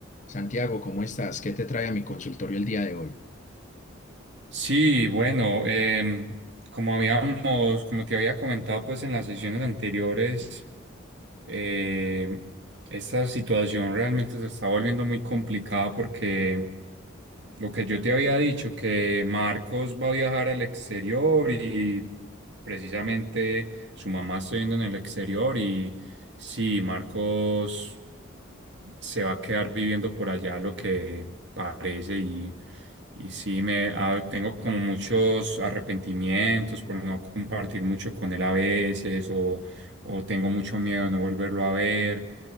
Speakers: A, on the left; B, on the right.
A: Santiago, ¿cómo estás? ¿Qué te trae a mi consultorio el día de hoy?
B: Sí, bueno, em, como habíamos, como te había comentado pues en las sesiones anteriores, em, esta situación realmente se está volviendo muy complicada porque lo que yo te había dicho, que Marcos va a viajar al exterior y precisamente su mamá está viendo en el exterior y sí, Marcos se va a quedar viviendo por allá lo que parece y, y sí me ah, tengo como muchos arrepentimientos por no compartir mucho con él a veces o, o tengo mucho miedo de no volverlo a ver.